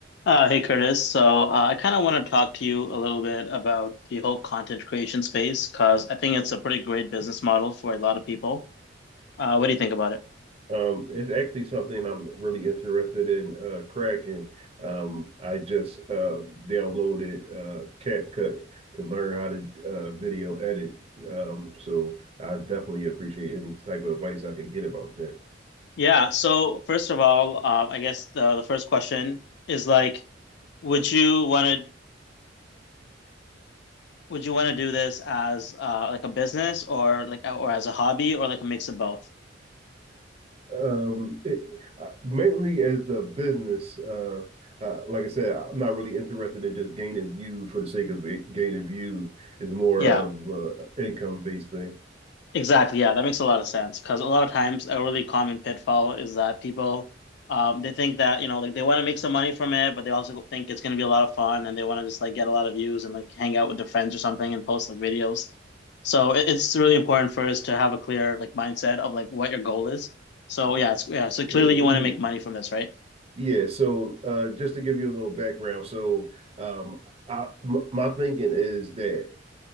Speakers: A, on the left (about 60°); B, on the right (about 30°).
A: Uh, hey Curtis, so uh, I kind of want to talk to you a little bit about the whole content creation space because I think it's a pretty great business model for a lot of people. Uh, what do you think about it?
B: Um, it's actually something I'm really interested in uh, cracking. Um, I just uh, downloaded uh, CapCut to learn how to uh, video edit. Um, so I definitely appreciate any type of advice I could get about that.
A: Yeah, so first of all, um, I guess the, the first question is like, would you want would you want to do this as uh, like a business or like or as a hobby or like a mix of both?
B: Um, it, uh, mainly as a business, uh, uh, like I said, I'm not really interested in just gaining views for the sake of gaining views. It's more
A: Yeah,
B: of uh, income based thing.
A: exactly. Yeah, that makes a lot of sense because a lot of times a really common pitfall is that people um, they think that you know like they want to make some money from it, but they also think it's going to be a lot of fun and they want to just like get a lot of views and like hang out with their friends or something and post like videos. So it, it's really important for us to have a clear like mindset of like what your goal is. So yeah, it's, yeah. So clearly
B: Uh,
A: you want to make money from this, right?
B: Yeah, so uh, just to give you a little background, so um, I, m my thinking is that